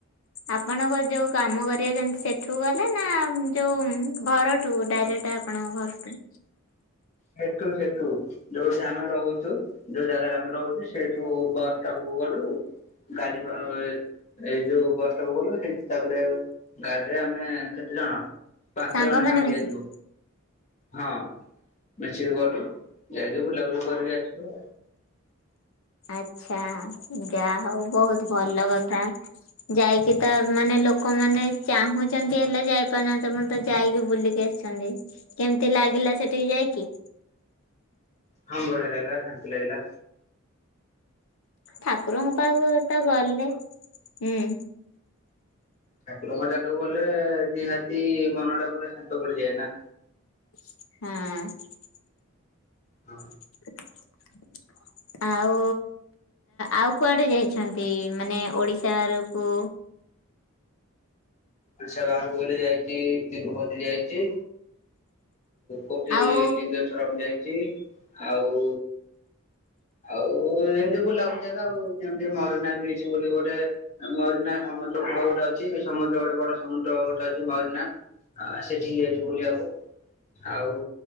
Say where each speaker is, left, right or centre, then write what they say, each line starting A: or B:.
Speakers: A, on the left; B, on the left.
A: ଆପଣଙ୍କ ଯୋଉ କାମ କରିବା ଯାଆନ୍ତି ସେଠୁ ଗଲେ ନା ଯୋଉ ଘରଠୁ ଡାଇରେକ୍ଟ ଆ ଆପଣ ଙ୍କ ଘରଠୁ।
B: ସେଠୁ ସେଠୁ। ଯୋଉଠି ଆମେ ରହୁଛୁ ଯୋଉ ଜାଗାରେ ଆମେ ରହୁଛୁ ସେଇଠୁ ବସ ଷ୍ଟପକୁ ଗଲୁ। ଗାଡି ପାଁ ଏ ଏଇ ଯୋଉ ବସ ଷ୍ଟପ୍ ଗଲୁ ସେଇଠୁ ତାପରେ ଗାଡିରେ ଆମେ କେତେ ଜଣ। ପାଞ୍ଚ
A: ସାଙ୍ଗମାନେ
B: ଜଣ ସାଙ୍ଗ
A: ମିଶିକି
B: ଯାଇଥିଲୁ ହଁ। ମିଶିକି ଗଲୁ ଯାଇକି ବୁଲାବୁଲି କରିକି ଆସିଲୁ।
A: ଆଛା ଯା ହଉ ବହୁତ ଭଲ କଥା। ଯାଇକି ତ ମାନେ ଲୋକମାନେ ଚାହୁଁଛନ୍ତି ହେଲେ ଯାଇପାରୁନାହାନ୍ତି ତମେତ ଯାଇକି ବୁଲିକି ଆସିଛନ୍ତି। କେମତି ଲାଗିଲା ସେଠିକି ଯାଇକି।
B: ହଁ ବଢିଆ ଲଗିଲା ଶାନ୍ତି ଲାଗିଲା।
A: ଠାକୁରଙ୍କ ପାଖକୁ ତ ଗଲେ ହୁଁ।
B: ଠାକୁରଙ୍କ ଜାଗାକୁ ଗଲେ ନିହାତି ମନ ଟା ପୁରା ଶାନ୍ତ ପଡିଯାଏ ନା।
A: ହଁ।
B: ହଁ।
A: <unintelligible> ଆଉ ଆଉ କୁଆଡେ ଯାଇଛନ୍ତି ମାନେ ଓଡିଶାଆରକୁ
B: ଓଡ଼ିଶା ବାହାରକୁ ଗଲେ ଯାଇଚି ତିରୁପତି ଯାଇଚି। କୋଟି
A: ଆଉ
B: ଲିଙ୍ଗେଶ୍ଵରମ୍ ଯାଇଛି ଆଉ ଆଉ ଏମତି ବୁଲାବୁଲି ଜାଗା ଆଉ ଯେମତି ମରିନା ବିଚ୍ ବୋଲି ଗୋଟେ ମରିନା ସମୁଦ୍ର କୂଳ ଗୋଟେ ଅଛି ସମୁଦ୍ର ଗୋଟେ ବଡ ସମୁଦ୍ର ଗୋଟେ ଅଛି ମରିନା। ହଁ ସେଠିକି ଯାଇଛୁ ବୁଲିବାକୁ। ଆଉ